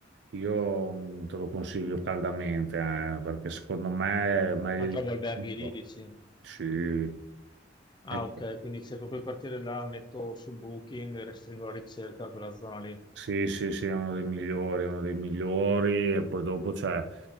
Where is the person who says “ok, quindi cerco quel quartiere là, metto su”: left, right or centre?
Left